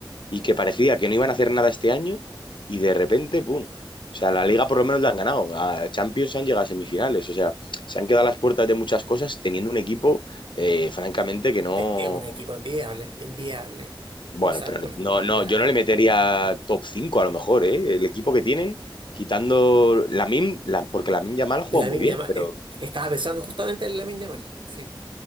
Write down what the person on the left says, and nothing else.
y que parecía que no iban a hacer nada este año y de repente, ¡pum! O sea, la liga por lo menos la han ganado. A Champions han llegado a semifinales. O sea, se han quedado a las puertas de muchas cosas teniendo un equipo, eh, francamente, que no.
Bueno,
pero
no, no,
yo no le metería top 5 a lo mejor, ¿eh? El equipo que tienen, quitando Lamin, la MIM, porque la MIM Yamal ha jugado
muy bien,
pero